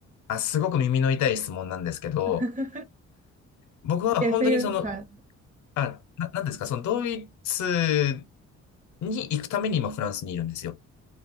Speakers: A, on the left (about 70°); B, on the right (about 25°).
A: あ、すごく耳の痛い質問なんですけど、
B: <laughs>
A: 僕は本当にその、
B: いや、っていう、はい。
A: あ、な、なんですか、そのドイツに行くために今フランスにいるんですよ。